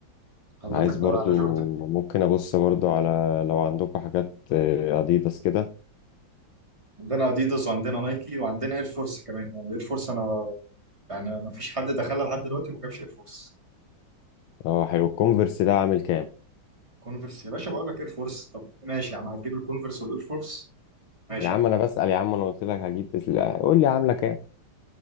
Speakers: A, on the right; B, on the left.
A: حضرتك
B: عايز برضو
A: ناوي على جورد
B: ممكن ابص برضو على لو عندكم حاجات آه، اديداس كده
A: عندنا اديداس وعندنا نايكي وعندنا اير فورس كمان يعني اير فورس انا يعني ما فيش حد دخلها لحد دلوقتي وما جابش اير فورس
B: اه حلو الكونفرس ده عامل كام
A: كونفرس يا باشا بقول لك اير فورس طب ماشي يا عم هتجيب الكونفرس والاير فورس ماشي
B: يا عم
A: يا عم
B: انا بسأل يا عم انا قلت لك هجيب بس... لا، قول لي عامله كام